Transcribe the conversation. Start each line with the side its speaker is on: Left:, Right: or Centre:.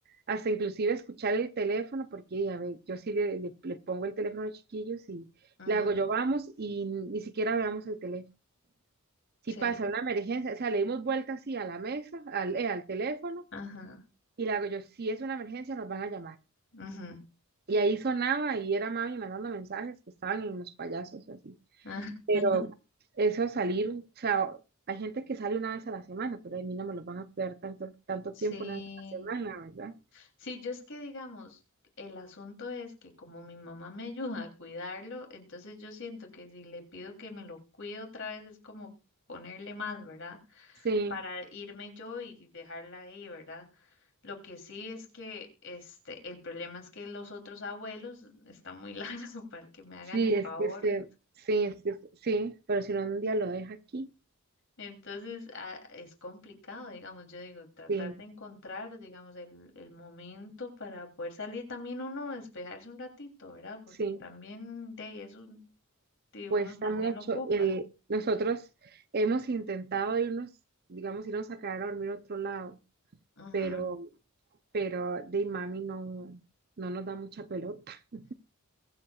Right: hasta inclusive escuchar el teléfono, porque a ver, yo sí le, le- le pongo el teléfono a los chiquillos y
Left: Ujú,
Right: le hago yo vamos y ni siquiera veamos el teléfono. Si
Left: sí,
Right: pasa una emergencia, o sea, le dimos vuelta así a la mesa, al, eh, al teléfono,
Left: ajá,
Right: y le hago yo, si es una emergencia, nos van a llamar.
Left: ujú,
Right: Y ahí sonaba y era mami mandando mensajes que estaban en los payasos y así.
Left: ah,
Right: Pero
Left: <laughs>
Right: eso salir, o sea, hay gente que sale una vez a la semana, pero a mí no me lo van a cuidar tanto, tanto
Left: sí.
Right: tiempo una vez a la semana, ¿verdad?
Left: Sí, yo es que digamos, el asunto es que como mi mamá me ayuda a cuidarlo, entonces yo siento que si le pido que me lo cuide otra vez es como ponerle más, ¿verdad?
Right: Sí,
Left: Para irme yo y dejarla ahí, ¿verdad? Lo que sí es que este, el problema es que los otros abuelos están muy <laughs> largos para que me hagan
Right: sí,
Left: el
Right: es
Left: favor.
Right: que se- sí, es que- sí, pero si no un día lo deja aquí,
Left: Entonces, ah, es complicado, digamos, yo digo, tratar
Right: sí,
Left: de encontrar, digamos, el, el momento para poder salir también uno, a despejarse un ratito, ¿verdad? Porque
Right: sí.
Left: también de ahí eso de
Right: cuesta
Left: uno también
Right: mucho.
Left: lo ocupa.
Right: El, nosotros hemos intentado irnos, digamos, irnos a quedar a dormir a otro lado,
Left: Ajá.
Right: pero, pero de mami no, no nos da mucha pelota. <laughs>